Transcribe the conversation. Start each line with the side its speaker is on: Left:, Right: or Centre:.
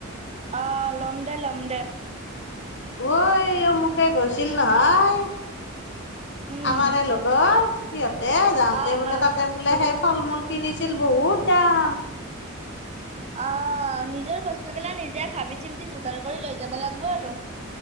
Right: অহ, ল'ম দে, ল'ম দে।
Left: ঐ অমুকে গৈছিল নহয়,
Right: উম
Left: আমাৰে লগৰ সিহঁতে দে যাওঁতে
Right: অ
Left: বোলে
Right: অ
Left: তাতে বোলে সেই ফল-মূল কিনিছিল বহুত দাম।
Right: অহ নিজৰ বস্তুগিলা নিজে ভাবি চিন্তি যোগাৰ কৰি লৈ যাব লাগিব আৰু।